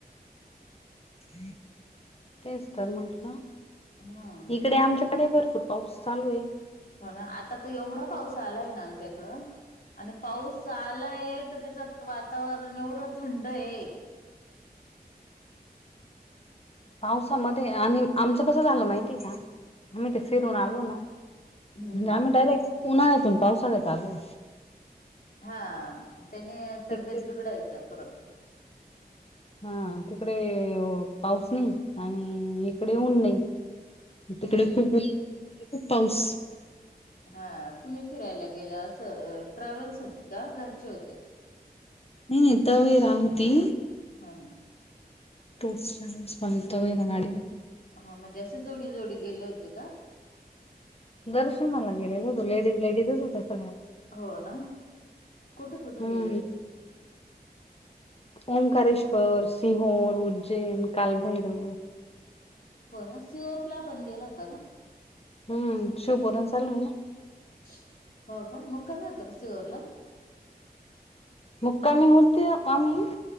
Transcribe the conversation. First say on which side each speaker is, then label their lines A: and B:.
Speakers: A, on the left; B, on the left.
A: <inaudible> तेच तर म्हंटलं,
B: हा.
A: इकडे आमच्या आडे भरपुर पाऊस चालूये.
B: हो ना आता तर एवढा पाऊस आलाय ना आमच्या इकडं. आणि पाऊस आलाय तर त्याच्यात वातावरण एवढं थंड आहे.
A: पावसामध्ये आणि आमचं कसं झालं माहिती का आम्ही ते फिरून आलो ना.
B: हम्म हम्म
A: आम्ही डायरेक्ट उन्हाळ्यातून पावसाळ्यात आलो.
B: हा त्याने तब्येत
A: तिकडे
B: बिघडायचं परत.
A: हा तिकडे पाऊस नाही आणि इकडे ऊन नाही. तिकडे
B: हम्म
A: खूप <inaudible> खूप पाऊस.
B: हा तुम्ही फिरायला गेला अस ट्रॅव्हल्स होती का घरचे होते?
A: नाही नाही त्या वी राहती.
B: हा हा.
A: <unintelligible> वैगणारये.
B: हा म्हणजे असे जोडी-जोडी गेले होते का?
A: दर्शनाला गेलेलं होतं लेडीज-लेडीजच होत्या सगळ्या.
B: हो ना, कुठं-कुठं
A: हम्म
B: गेलं होत्या?
A: ओंकारेश्वर, सिंहोर, उज्जैन, कालभैरव.
B: हो ना सिओर प्ला पण गेला होता का?
A: हम्म शिव पुराण चालू आहे ना.
B: <inaudible> हो का मुकामी होत का शिवरला?
A: मुक्कामी होते कामही